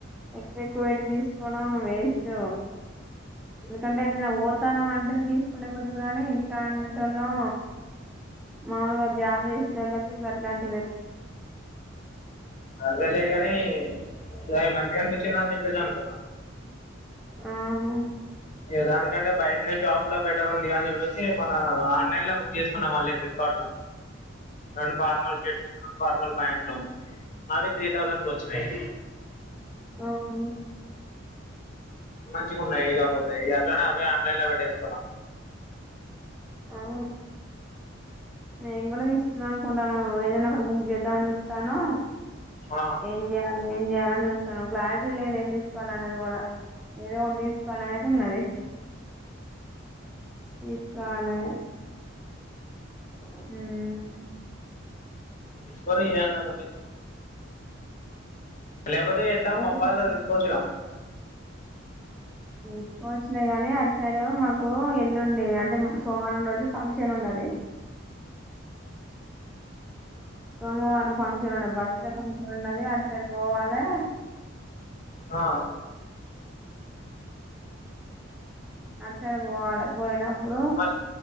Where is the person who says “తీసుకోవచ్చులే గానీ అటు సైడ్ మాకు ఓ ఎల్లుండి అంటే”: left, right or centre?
Centre